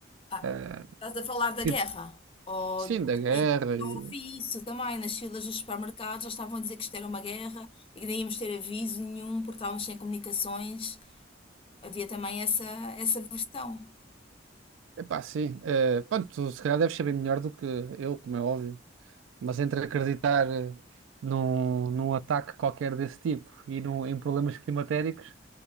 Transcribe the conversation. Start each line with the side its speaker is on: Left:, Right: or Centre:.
Left: Ah,
Right: Eh,
Left: estás a falar da
Right: e-
Left: guerra? Ou
Right: sim, da guerra
Left: sim, eu
Right: e,
Left: ouvi isso também nas filas dos supermercados, já estavam a dizer que isto era uma guerra e que nem íamos ter aviso nenhum porque estávamos sem comunicações. Havia também essa, essa versão.
Right: epá, sim. eh, pronto, tu se calhar deves saber melhor do que eu, como é óbvio, mas entre acreditar eh, num, num ataque qualquer desse tipo e num, em problemas climatéricos,